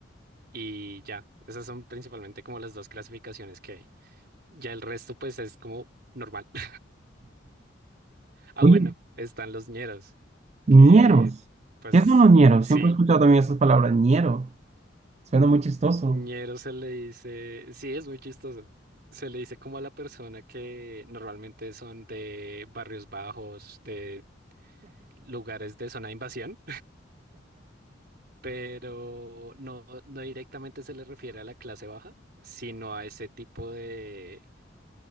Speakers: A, on the right; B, on the right.
A: Y ya, esas son principalmente como las dos clasificaciones que hay. Ya el resto pues es como normal. <laughs> Ah,
B: Oye,
A: bueno, están los ñeros,
B: ñeros.
A: que pues
B: ¿Qué son los ñeros?
A: sí.
B: Siempre he escuchado también esas palabras, ñero. Suena muy chistoso.
A: Ñero se le dice, sí, es muy chistoso. Se le dice como a la persona que normalmente son de barrios bajos, de lugares de zona de invasión, <laughs> pero no, no directamente se le refiere a la clase baja, sino a ese tipo de